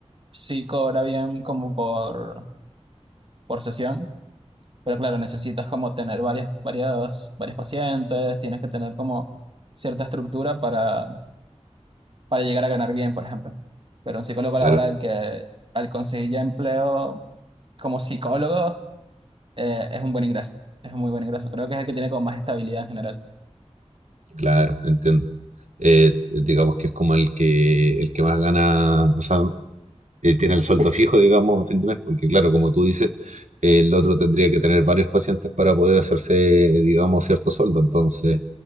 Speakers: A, on the right; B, on the right.
A: sí cobra bien como por, por sesión Pero claro, necesitas como tener varias, varias, varios pacientes, tienes que tener como cierta estructura para, para llegar a ganar bien, por ejemplo. Pero un psicólogo
B: Claro,
A: laboral que al conseguir ya empleo como psicólogo eh, es un buen ingreso, es un muy buen ingreso. Creo que es el que tiene como más estabilidad en general.
B: claro, entiendo eh, digamos que es como el que el que más gana, o sea, eh, tiene el sueldo fijo, digamos, a fin de mes, porque claro, como tú dices, el otro tendría que tener varios pacientes para poder hacerse, digamos, cierto sueldo. Entonces,